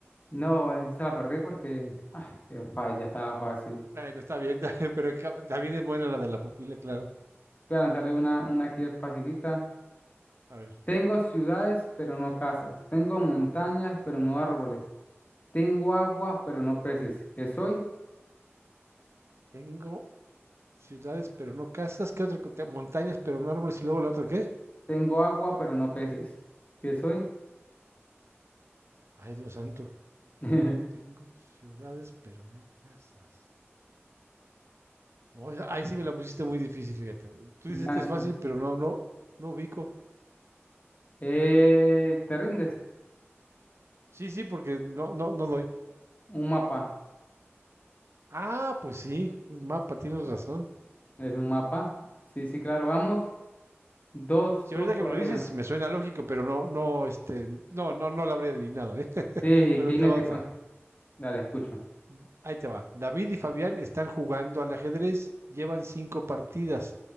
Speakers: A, on the left; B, on the right.
A: no, esa la perdí porque, ah, qué falla, estaba fácil.
B: Bueno, está bien, <laughs> pero ca- también es buena la de la pupila, claro.
A: Voy a lanzarle una, una aquí facilita.
B: A ver,
A: Tengo ciudades, pero no casas. Tengo montañas, pero no árboles. Tengo agua, pero no peces. ¿Qué soy?
B: tengo ciudades, pero no casas. ¿Qué otra? co- te- Montañas, pero no árboles. Y luego la otra, ¿qué?
A: Tengo agua, pero no peces. ¿Qué soy?
B: Ay, Dios santo.
A: <laughs>
B: Tengo ciudades, pero no casas. No, o sea, ahí sí me la pusiste muy difícil, fíjate. güey. Tú
A: Lance.
B: dices que es fácil, pero no, no, no ubico.
A: Eh, ¿te rindes?
B: Sí, sí, porque no, no, no doy.
A: Un mapa.
B: Ah, pues sí, un mapa, tienes razón.
A: Es un mapa. Sí, sí, claro. Vamos. Dos,
B: Si
A: dos
B: ahorita
A: todavía.
B: que me lo dices, me suena lógico, pero no, no, este, no, no, no lo habría adivinado, ¿eh? <laughs>
A: Sí,
B: Bueno,
A: que hay
B: te
A: una
B: va
A: que
B: otra.
A: son. Dale, escucho.
B: Mm, Ahí te va. David y Fabián están jugando al ajedrez, llevan cinco partidas,